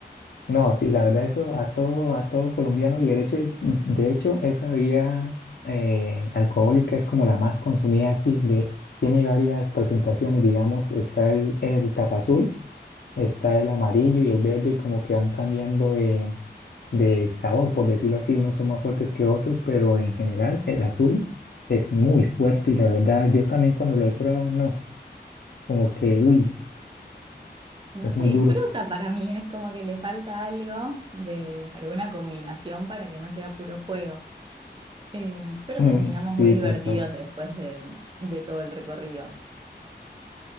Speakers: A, on the left; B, on the right.
A: no, sí, la verdad eso a todo, a todo colombiano y derecho es, de hecho, esa bebida eh, alcohólica es como la más consumida aquí, de, tiene varias presentaciones, digamos, está el, el tapa azul, está el amarillo y el verde y como que van cambiando de, de sabor, por decirlo así, unos son más fuertes que otros, pero en general el azul es muy fuerte y la verdad, yo también cuando lo he probado, no, como que, uy,
B: No
A: es
B: se
A: muy
B: disfruta
A: duro.
B: para mí, es como que le falta algo de alguna combinación para que no sea puro fuego. Eh, pero
A: <laughs>
B: terminamos
A: Sí,
B: muy divertidos
A: tal cual.
B: después de, de todo el recorrido.